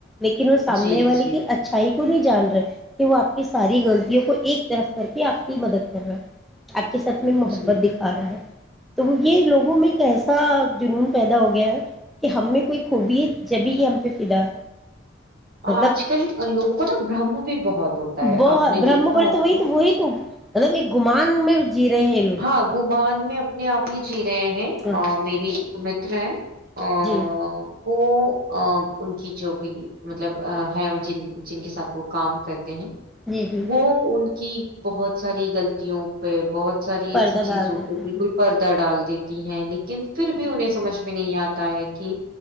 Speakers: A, in the centre; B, on the right.
A: لیکن وہ سامنے
B: جی
A: والے
B: جی
A: کی اچھائی نہیں جان رہے کہ وہ آپ کی ساری غلطیوں کو ایک طرف کر کے آپ کی مدد کر رہا ہے آپ کے کے سات میں محت
B: جی
A: دکھا رہا ہے تو وہ یہ لوگوں میں کیسا جنون پیدا ہو گیا ہے کہ ہمیں کوئی خوبی جبھی ہی ہم پہ فدا ہے مطلب
B: آج کل لوگوں مطب برہم بھی بہت ہوتا ہے
A: ب
B: آپ نے
A: برہم
B: دیکھا
A: بولے
B: ہوگا
A: تو وہ تو وہی تو مطلب یہ گمان میں جی رہے ہیں لوگ
B: ہاں گمان میں اپنے آپ ہی جی رہے ہیں
A: ہاں
B: میری تمت ہے ہ
A: جی
B: وہ ان کی جو بھی مطلب ہے جن جن کے ساتھ وہ کام کر ہیں
A: جی جی
B: وہ ان کہ بہت ساری غلطوں پہ بہت ساری ایسی
A: پردہ ڈال
B: چیزوں
A: دیتے
B: پ بالکل
A: ہیں
B: پردہ ڈال دیتی ہیں لیکن پھر بھی انہیں سمجھ میں نہیں آتا ہے کہ